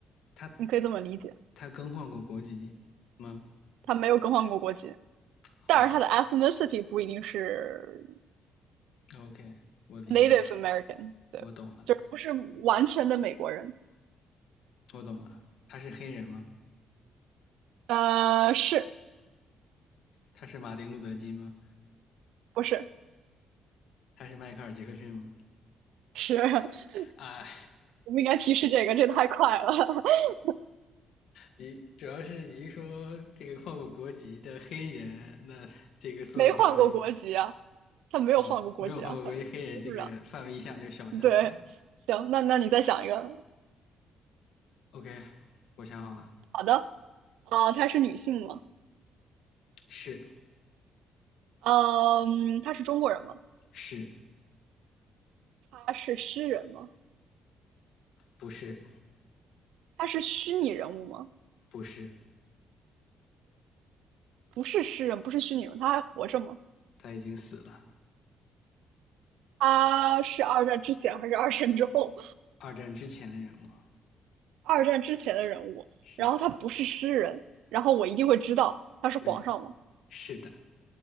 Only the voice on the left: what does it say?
他
他更换过国籍吗？
好的
，OK，我理解了，
我懂了，
我懂了。他是黑人吗？
他是马丁路德金吗？
他是迈克尔杰克逊吗？
啊，
你主要是你一说这个换过国籍的黑人，那这个搜索范围
啊，哦没有换过国籍黑人这个范围一下就小下来了。
OK，我想好了，
是
是，
不是
不是，
他已经死了。
二战之前的人物，
是的，
对。是的，